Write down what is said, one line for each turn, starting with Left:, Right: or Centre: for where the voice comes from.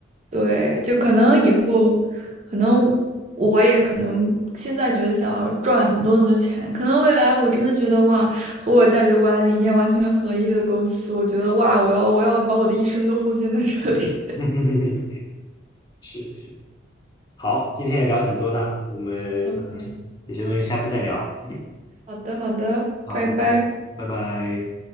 Right: 对，就可能以后，可能我也可能现在觉得想要赚很多很多钱，可能未来我真的觉得哇，和我价值观理念完全合一的公司，我觉得哇，我要我要把我的一生都奉献在这里。
Left: <laughs> 是是。好，今天也聊挺多的啊，我们呃是有些东西下次再聊。
Right: <laughs> OK，
Left: 嗯
Right: 好的好的，
Left: 好，
Right: 拜拜。
Left: 那就拜拜。